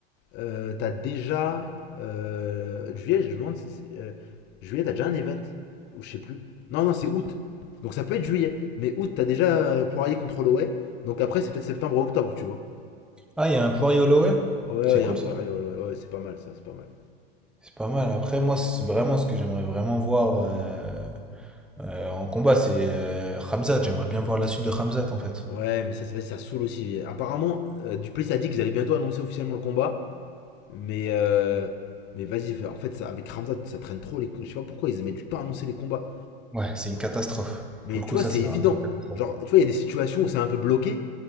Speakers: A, on the left; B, in the centre.
A: euh, t'as déjà. euh, juillet, je me demande. si euh, juillet, t'as déjà un event Ou je sais plus. Non, non, c'est août. Donc ça peut être juillet. Mais août, t'as déjà euh, Poirier contre Holloway. Donc après, c'est peut-être septembre ou octobre, tu vois.
B: Ah, il y a un Poirier Holloway?
A: Ouais,
B: C'est
A: ouais, il
B: cool
A: y a un Poirier
B: ça.
A: ouais Ouais, ouais, c'est pas mal ça, c'est pas mal.
B: C'est pas mal. Après, moi, c'est vraiment ce que j'aimerais vraiment voir euh, euh, en combat, c'est euh, Khamzat. J'aimerais bien voir la suite de Khamzat en fait.
A: Ouais, mais ça, c'est- vas-y, ça saoule aussi. Apparemment, euh, Duplessis a dit qu'ils allaient bientôt annoncer officiellement le combat. Mais, euh, mais vas-y, en fait, ça, avec Ramzat, ça traîne trop les combats Je sais pas pourquoi ils mettent du temps à annoncer les combats.
B: Ouais, c'est une catastrophe.
A: Mais
B: Pour le
A: tu
B: coup,
A: vois,
B: ça,
A: c'est
B: c'est
A: évident.
B: vraiment une catastrophe.
A: Genre, tu vois, il y a des situations où c'est un peu bloqué.